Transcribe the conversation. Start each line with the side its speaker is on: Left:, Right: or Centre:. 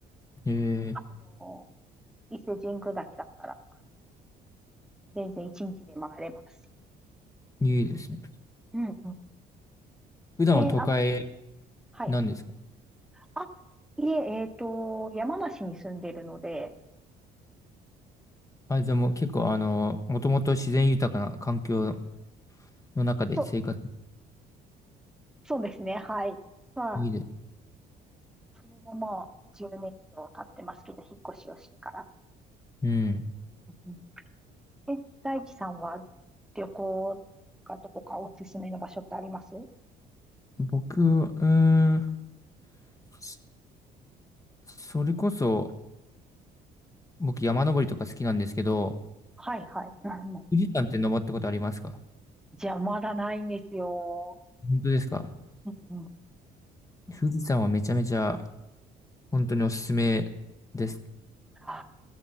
Left: え
Centre: あの、伊勢神宮だけだったら、全然一日で回れます。
Left: ー、いいですね。
Centre: うんうん。
Left: 普段は都会
Centre: で、あ、はい。
Left: なんですか
Centre: あ、いえ、えっと、山梨に住んでるので、
Left: あ、じゃあもう結構あのー、もともと自然豊かな環境の中で生活
Centre: そう、そうですね、はい。まあ、
Left: いいです。
Centre: それももう10年以上経ってますけど、引っ越しをしてから。
Left: うん。
Centre: うんえ、大地さんは旅行とかどこかおすすめの場所ってあります
Left: 僕、うーん、そそれこそ、僕山登りとか好きなんですけど、
Centre: はいはい。うんうん。
Left: 富士山って登ったことありますか
Centre: じゃあまだないんですよ。
Left: 本当ですか
Centre: うんうん。
Left: 富士山はめちゃめちゃ本当におすすめです。
Centre: あ、